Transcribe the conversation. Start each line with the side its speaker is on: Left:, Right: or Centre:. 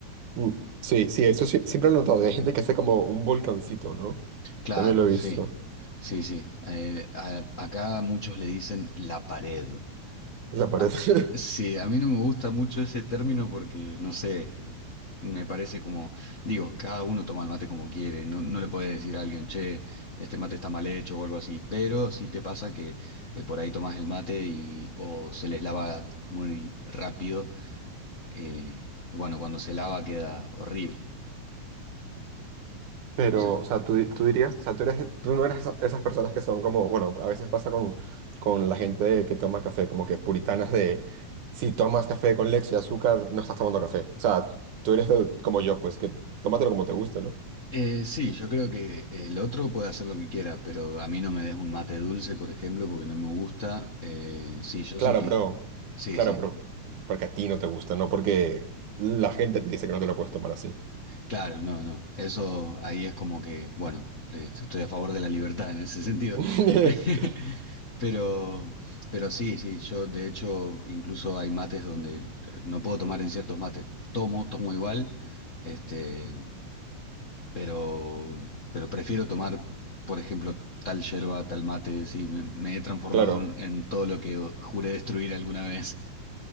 Right: Mm, Sí, sí, eso sí- siempre lo he notado. y Hay gente que hace como un volcancito, ¿no?
Left: Claro,
Right: También lo he
Left: sí,
Right: visto.
Left: sí, sí. Eh, a- acá muchos le dicen la pared.
Right: La pared.
Left: Ah,
Right: <laughs>
Left: sí, a mí no me gusta mucho ese término porque, no sé, no- me parece como, digo, cada uno toma el mate como quiere, no, no le puede decir a alguien, che, este mate está mal hecho o algo así, pero sí te pasa que eh, por ahí tomas el mate y o se les lava muy rápido, eh, y bueno, cuando se lava queda horrible.
Right: Pero,
Left: Entonces,
Right: o sea, tú, di- tú dirías, o sea, tú eres, tú no eres esa- esas personas que son como, bueno, a veces pasa con, con la gente que toma café, como que puritanas de, si tomas café con leche y azúcar, no estás tomando café. O sea, tú eres del- como yo, pues que tómatelo como te guste, ¿no?
Left: eh, sí, yo creo que el otro puede hacer lo que quiera, pero a mí no me des un mate dulce, por ejemplo, porque no me gusta. Eh, sí, yo
Right: Claro,
Left: sí que...
Right: pero,
Left: Sí,
Right: claro,
Left: sí.
Right: pero, porque a ti no te gusta, no porque la gente te dice que no te lo puedes tomar así.
Left: Claro, no, no. Eso ahí es como que, bueno, eh, estoy a favor de la libertad en ese sentido.
Right: <laughs>
Left: <laughs> Pero, pero sí, sí, yo de hecho incluso hay mates donde eh, no puedo tomar en ciertos mates. Tomo, tomo igual, este, pero, pero prefiero tomar, por ejemplo, tal yerba, tal mate. Sí, me, me he transformado
Right: Claro,
Left: en, en todo lo que juré destruir alguna vez.